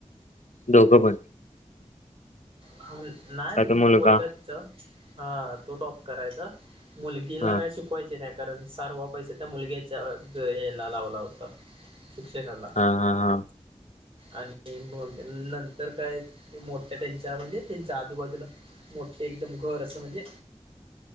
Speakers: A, on the left; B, on the right.
A: दोघं पण.
B: हा नाही म्हणजे
A: आता
B: तो
A: मुलगा
B: पोरगा तिचा हा तो डॉप्ट करायचा. मुलगीला
A: हा
B: काय शिकवायचे नाय कारण सारव पैसा त्या मुलग्याच्या याला लावला होता. शिक्षणाला
A: हा हा हा.
B: आणि मग नंतर काय मोठ्या त्यांच्या म्हणजे त्यांच्या आजूबाजूला मोठे एकदम घर असं म्हणजे